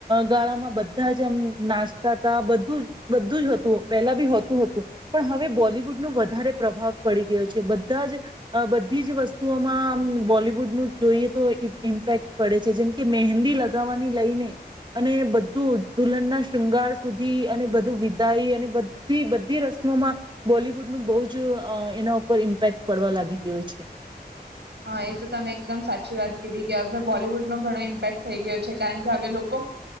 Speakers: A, on the right; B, on the right.
A: ગાળામાં બધા જ આમ નાચતા તા બધું જ બધું જ હતું પેલા બી હોતું. હતો પણ હવે બોલીવુડનો વધારે પ્રભાવ પડી ગયો છે બધા જ બધી જ વસ્તુઓમાં બોલીવુડનું જોઈએ તો ઇમ્પેક્ટ પડે છે જેમ કે મહેંદી લગાવવાની લઈને અને બધું દુલ્હનના શૃંગાર સુધી અને બધું વિદાય અને બધી બધી રસમોમાં બોલીવુડનું બહુ જ એના ઉપર ઇમ્પેક્ટ પડવા લાગી ગયો છે.
B: હા એ તો તમે એકદમ સાચી વાત કીધી કે હવે બોલીવુડ નો ઘણો ઇમ્પેક્ટ થઈ ગયો છે કારણ કે હવે લોકો